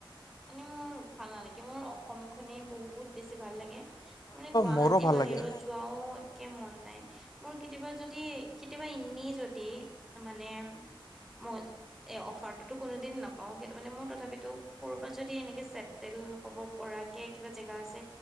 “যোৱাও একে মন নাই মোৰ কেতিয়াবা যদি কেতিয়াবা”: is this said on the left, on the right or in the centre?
Centre